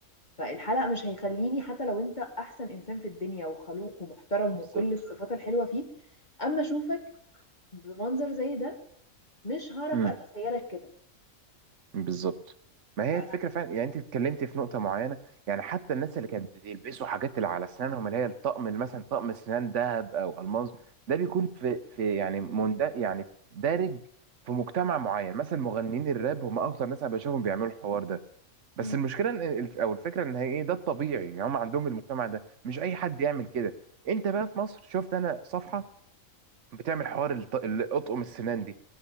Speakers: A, on the left; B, on the right.
A: فالحلق مش هيخليني حتى لو انت احسن انسان في الدنيا وخلوق ومحترم
B: بالظبط
A: وكل الصفات الحلوة فيك اما اشوفك بمنظر زي ده مش هعرف
B: امم
A: اتخيلك كده
B: بالظبط ما هي
A: ف...
B: الفكره فعلا يعني انت اتكلمتي في نقطه معينه يعني حتى الناس اللي كانت بيلبسوا حاجات اللي على اسنانهم اللي هي الطقم اللي مثلا طقم اسنان ذهب او الماظ ده بيكون في في يعني مند يعني في دارج في مجتمع معين مثلا مغنيين الراب هم اكتر ناس انا بشوفهم بيعملوا الحوار ده بس
A: م-
B: المشكله إن الف- او الفكره ان هي ايه ده الطبيعي يعني هم عندهم المجتمع ده مش اي حد يعمل كده انت بقى في مصر شفت انا صفحه بتعمل حوار الط- الاطقم السنان دي